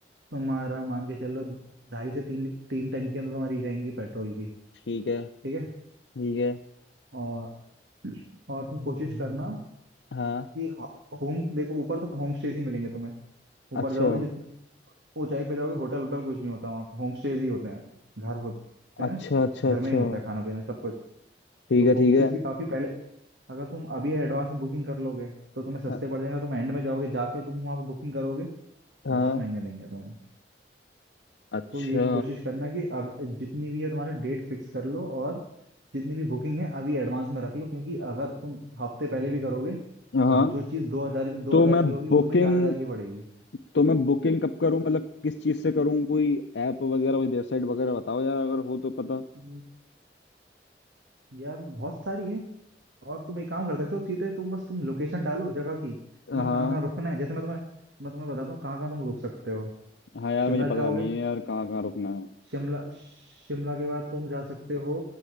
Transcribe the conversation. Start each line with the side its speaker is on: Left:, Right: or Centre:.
Right: तुम्हारा मान के चलो ढाई से तीन तीन टंकियां तो तुम्हारी जाएंगी पेट्रोल की
Left: ठीक है
Right: ठीक है
Left: ठीक है
Right: और और तुम कोशिश करना
Left: हाँ
Right: कि होम देखो ऊपर तो होम स्टेज ही मिलेंगे तुम्हें ऊपर
Left: अच्छा
Right: जाओगे जितना ऊंचाई पे जाओगे होटल होटल कुछ नहीं होता वहाँ पे होम स्टेज ही होते हैं घर होते हैं
Left: अच्छा अच्छा
Right: घर
Left: अच्छा
Right: में ही होता है खाना पीना सब कुछ
Left: ठीक
Right: तो
Left: है
Right: होम
Left: ठीक
Right: स्टेज
Left: है
Right: भी काफी पहले अगर तुम अभी एडवांस में बुकिंग कर लोगे तो तुम्हें
Left: अ-
Right: सस्ते पड़ जाएगा तुम एंड में जाओगे जाके तुम वहां पे बुकिंग करोगे
Left: हाँ
Right: बहुत महंगे देंगे तुम्हें
Left: अच्छा
Right: तो ये कोशिश करना कि अब जितनी भी है तुम्हारा डेट फिक्स कर लो और जितनी भी बुकिंग है अभी एडवांस में रख लो क्योंकि अगर तुम हफ्ते पहले भी करोगे
Left: हाँ
Right: वो जो चीज़ दो हजार दो
Left: तो
Right: हजार
Left: मैं
Right: की होगी
Left: बुकिंग
Right: वो तुम्हें चार हजार की पड़ेगी
Left: तो मैं बुकिंग कब करूँ मतलब किस चीज़ से करूँ कोई ऐप वगैरह कोई वेबसाइट वगैरह बताओ यार अगर हो तो पता
Right: हम्म, यार बहुत सारी है और तुम एक काम कर सकते हो सीधे तुम बस तुम लोकेशन डालो जगह की तुम्हें
Left: हाँ
Right: कहाँ कहाँ रुकना है जैसे मैं तुम्हें मैं तुम्हें बताता हूँ कहाँ कहाँ तुम रुक सकते हो
Left: हाँ यार
Right: शिमला
Left: मुझे पता
Right: जाओगे
Left: नहीं है यार कहाँ कहाँ रुकना है
Right: शिमला शिमला के बाद तुम जा सकते हो